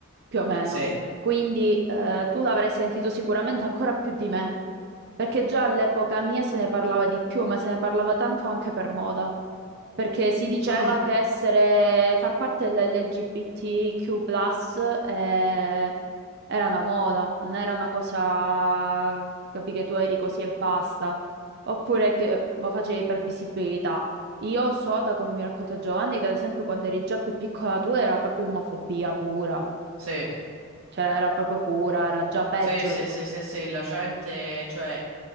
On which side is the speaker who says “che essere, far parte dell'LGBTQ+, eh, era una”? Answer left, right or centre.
Right